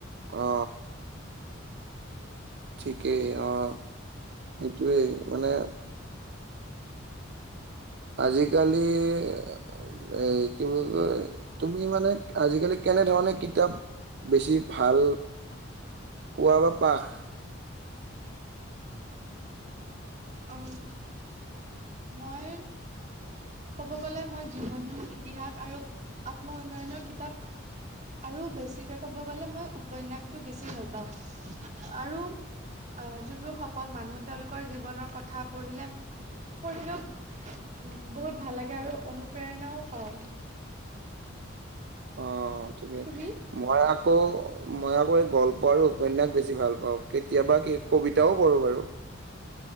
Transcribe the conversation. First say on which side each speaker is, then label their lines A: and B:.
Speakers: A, on the right (about 55°); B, on the right (about 35°).
A: অ। ঠিকেই অ সেইটোৱেই মানে- আজিকালি- এই কি বুলি কয় তুমি মানে আজিকালি কেনেধৰণে কিতাপ- বেছি ভাল পোৱা বা পাখ।
B: অ মই- ক'ব গ'লে মই জীৱনী, ইতিহাস আৰু আত্ম উন্নয়নৰ কিতাপ। আৰু বেছিকে ক'ব গলে মই উপন্যাসটো বেছি ভাল পাওঁ আৰু। আহ যোনবোৰ সফল মানুহ তেওঁলোকৰ জীৱনৰ কথা পঢ়িলে পঢ়িলেও। উম বহুত ভাল লাগে আৰু অনুপ্ৰেৰণাও পাওঁ।
A: অ ঠিকেই
B: তুমি
A: মই আকৌ মই আকৌ এই গল্প উপন্যাস বেছি ভাল পাওঁ কেতিয়াবা কি কবিতাও কৰোঁ বাৰু